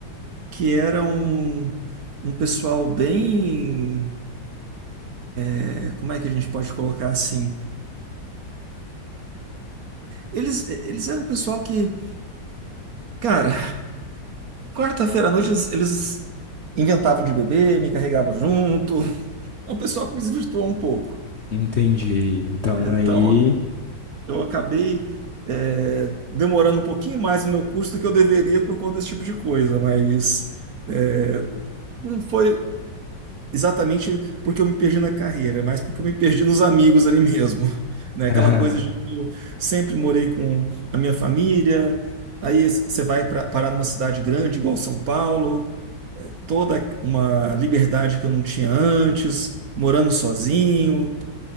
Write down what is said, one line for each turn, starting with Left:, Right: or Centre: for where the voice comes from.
Right: que eram um um pessoal bem. é, Como é que a gente pode colocar assim? Eles, eles eram um pessoal que, cara, quarta-feira à noite eles, eles inventavam de beber, me carregavam junto. É um pessoal que me desvirtuou um pouco.
Left: Entendi. Então
Right: Então,
Left: aí,
Right: eu acabei, é, demorando um pouquinho mais no meu curso do que eu deveria por conta desse tipo de coisa, mas é, não foi. exatamente porque eu me perdi na carreira, mas porque eu me perdi nos amigos ali mesmo, <laughs> né?
Left: <laughs>
Right: Aquela coisa de que eu sempre morei com a minha família, aí você vai pra, parar numa cidade grande igual São Paulo, toda uma liberdade que eu não tinha antes, morando sozinho,